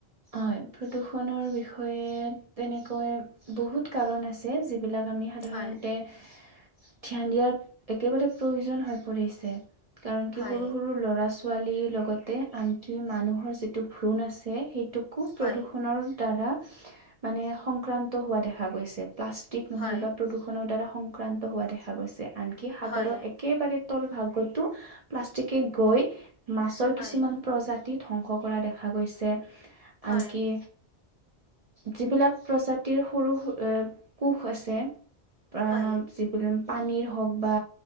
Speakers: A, on the right (about 50°); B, on the left (about 45°).
A: হয় প্ৰদূষণৰ বিষয়ে তেনেকৈ বহুত কাৰণ আছে যিবিলাক আমি সাধাৰণতে
B: হয়
A: ধ্যান দিয়াৰ একেবাৰে প্ৰয়োজন হৈ পৰিছে কাৰণ কি
B: হয়
A: সৰু সৰু ল'ৰা ছ ছোৱালীৰ লগতে আনকি মানুহৰ যিটো ভ্ৰূণ আছে সেইটোকো
B: হয়
A: প্ৰদূষণৰ দ্বাৰা মানে সংক্ৰান্ত হোৱা দেখা গৈছে প্লাষ্টিক নহ'লে
B: হয়
A: বা প্ৰদূষণৰ দ্বাৰা সংক্ৰান্ত হোৱা দেখা গৈছে আনকি সাগৰত
B: হয়
A: একেবাৰে ল ভাগতো প্লাষ্টিকে গৈ মাছৰ
B: হয়
A: কিছুমান প্ৰজা ধ্বংস কৰা দেখা গৈছে
B: হয়
A: আনকি যিবিলাক প্ৰজাতিৰ সৰু কোষ আছে প্ৰ
B: হয়
A: চিপুলিন পানীৰ হওক বা